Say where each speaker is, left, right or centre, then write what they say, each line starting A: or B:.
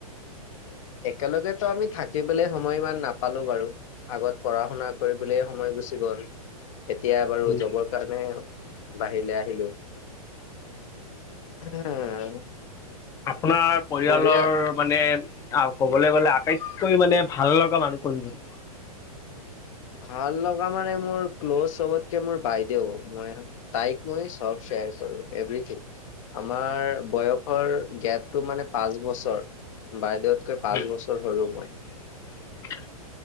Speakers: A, on the left; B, on the left.
A: একেলগেতো আমি থাকিবলৈ সময় ইমান নাপালো বাৰু আগত পঢ়া শুনা কৰিবলৈয়ে স সময় গুচি গ'ল এতিয়া বাৰু
B: হুম
A: জবৰ কাৰণে বাহিৰলৈ আহিলো। <unintelligible>
B: আপোনাৰ পৰিয়ালৰ
A: পৰিয়া
B: মানে আৰু ক'বলৈ গ'লে আটাইতকৈ মানে ভাল লগা মানুহ কোনজন?
A: ভাল লগা মানে মোৰ ক্ল'জ চবতকে মোৰ বাইদেউ মই তাইক মই চব শ্বেয়াৰ কৰো এভৰিথিং আমাৰ বয়সৰ গেপটো মানে পাঁচ বছৰ। বাইদেউতকৈ পাঁচ
B: উম,
A: বছৰ সৰু মই।
B: <unintelligible>